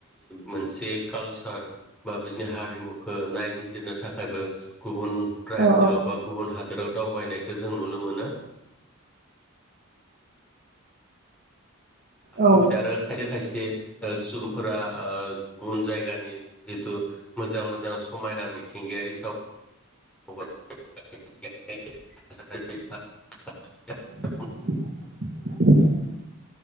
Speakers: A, in the centre; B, on the right.
A: मोनसे कालसार बा बिसोरनि हारिमुखौ नायबिजिरनो थाखायबो गुबुन रायजोआव
B: औ
A: बा गुबुन हादोराव दावबायनायखौ जों नुनो मोनो लोगोसे
B: औ
A: आरो खायसे खायसे बे ओ सुबुंफोरा ओ गुबुन जायगानि जितु मोजां मोजां समायना मिथिंगायारि सावगारि
B: <inaudible>
A: <unintelligible> <inaudible>